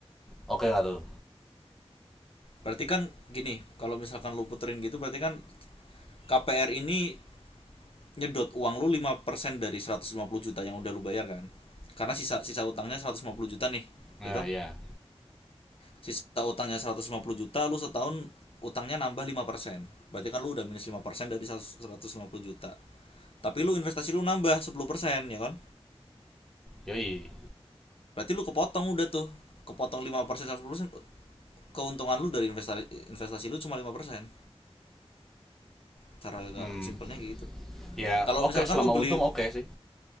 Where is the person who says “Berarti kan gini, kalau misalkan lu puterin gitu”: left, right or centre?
Left